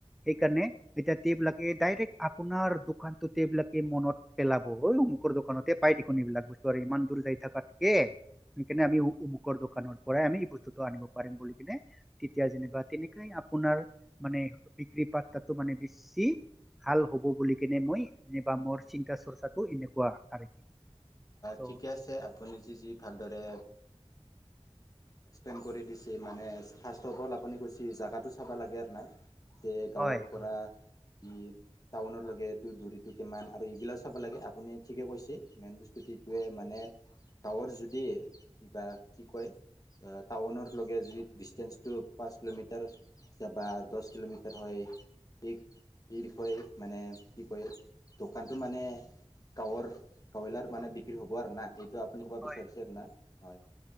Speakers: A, in the centre; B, on the left.
A: সেইকাৰণে
B: হয় হয়
A: এয়াবাকে আপোনাৰ দোকান টো এইবিলাকে মনত পেলাব অঐ অমুকৰ দোকানতে পাই দেখোন এইবিলাক বস্তু আৰু ইমান দূৰ যায়। থাকাকে সেইকাৰণে
B: হয়
A: আমি উ দোকানৰ পৰাই আমি এই বস্তুতটো আনিব পাৰিম বুলি কিনে তেতিয়া যেনা তেনেকাই আপোনাৰ মানে। বিক্ৰী পাতো মানে বেছি ভাল। হ'ব বুলি কেনে মইবা মোৰ চিন্তা
B: হয়
A: চৰ্চাটো এনেকুৱা আৰু। চ'
B: ঠিকে আছে আপুনি যি-যি ভালদৰে এক্সপ্লেইন কৰি দিছে মানে ফাৰ্ষ্ট অফ অল আপুনি কৈছে জেগাটো চাব লাগে আৰু নাই। যে গাঁৱৰ
A: হয়
B: পৰা।
A: হয়
B: কি টাউন লগেটো দৰিতটো কিমান আৰু এইগিলা চাব লাগে আপুনি ঠিকে কৈছে মেইন বস। যটোৱে মানে টাৱৰ যদি কিবা কি কয়। টাউনৰ লগে যদি ডিচষ্টেঞ্চটো পাঁচ কিলোমিটাৰ বা দহ কিলোমিটাৰ হয়। এই এই বিষয়ে মানে কি কয় দোকানটো মানে। গাঁৱৰ গাওবিলাৰ মানে বিক্ৰী হ'ব আৰু না এইটো আপুনি ক'ব
A: হয়
B: বিচাৰিছে না হয়